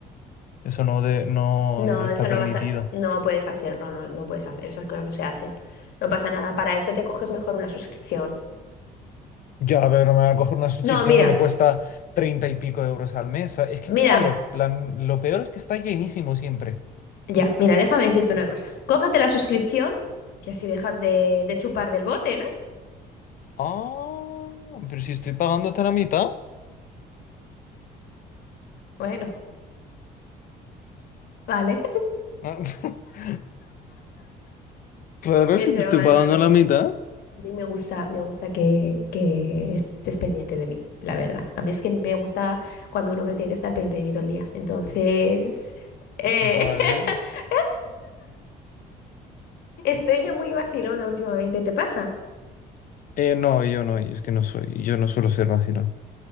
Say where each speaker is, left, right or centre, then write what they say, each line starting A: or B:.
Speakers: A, on the left; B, on the left.
A: Eso no, de, no,
B: No,
A: no está
B: eso
A: permitido.
B: no vas a, no puedes hacerlo, no, no puedes hacer, esas cosas no se hacen. No pasa nada, para eso te coges mejor una suscripción.
A: Ya, pero me va a coger una suscripción
B: No, mira,
A: que me cuesta treinta y pico de euros al mes. Es que
B: mira.
A: encima lo, plan- lo peor es que está llenísimo siempre.
B: Ya, mira, déjame decirte una cosa. Cógete la suscripción y así dejas de, de chupar del bote, ¿no?
A: Ah, pero si estoy pagando hasta la mitad.
B: Bueno, vale. <laughs>
A: <laughs> Claro,
B: Es
A: si
B: broma,
A: te estoy pagando
B: no, no.
A: la mitad.
B: A mí me gusta, me gusta que, que estés pendiente de mí, la verdad. A mí es que me gusta cuando un hombre tiene que estar pendiente de mí todo el día. Entonces, eh,
A: Vale.
B: <laughs> estoy yo muy vacilona últimamente, ¿te pasa?
A: Eh, no, yo no, es que no soy, yo no suelo ser vacilón.